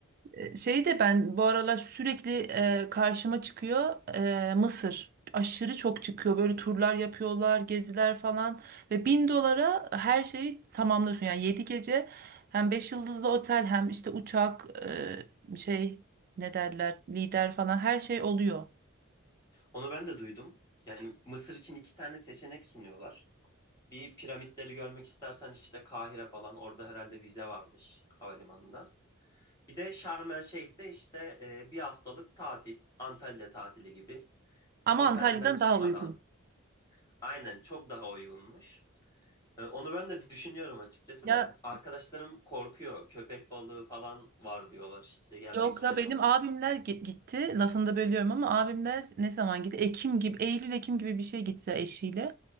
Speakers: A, on the right; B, on the left.
A: E, Şey de ben bu aralar sürekli e, karşıma çıkıyor e, Mısır. Aşırı çok çıkıyor. Böyle turlar yapıyorlar, geziler falan. Ve bin dolara her şeyi tamamlıyorsun. Yani yedi gece hem beş yıldızlı otel hem işte uçak e, şey ne derler lider falan her şey oluyor.
B: Onu ben de duydum. Yani Mısır için iki tane seçenek sunuyorlar. Bir piramitleri görmek istersen işte Kahire falan orada herhalde vize varmış havalimanında. Bir de Şarm El Şeyh'te işte e, bir haftalık tatil, Antalya tatili gibi.
A: Ama
B: Otelden
A: Antalya'dan
B: çıkmadan
A: daha uygun.
B: aynen çok daha uygunmuş. E, onu ben de düşünüyorum açıkçası
A: Ya
B: da. Arkadaşlarım korkuyor. Köpek balığı falan var diyorlar işte gelmek
A: yok
B: istemiyorlar.
A: la benim abimler gi- gitti. Lafını da bölüyorum ama abimler ne zaman gitti? Ekim gibi, Eylül Ekim gibi bir şey gitti eşiyle.